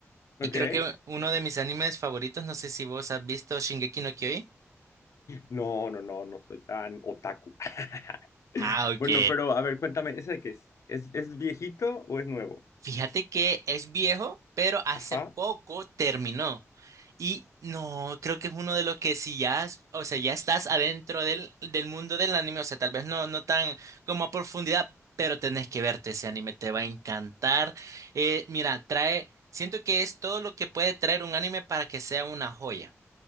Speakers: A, on the right; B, on the left.
A: y
B: ¿Ok?
A: creo que uno de mis animes favoritos, no sé si vos has visto Shingeki no Kyojin.
B: No, no, no, no soy tan otaku. <laughs>
A: Ah, ok.
B: Bueno, pero a ver, cuéntame, ¿ese de qué es? ¿Es, es viejito o es nuevo?
A: Fíjate que es viejo, pero hace
B: Ajá.
A: poco terminó. Y no, creo que es uno de los que si ya, has- o sea, ya estás adentro del, del mundo del anime, o sea, tal vez no, no tan como a profundidad, pero tenés que verte ese anime, te va a encantar. Eh, mira, trae, siento que es todo lo que puede traer un anime para que sea una joya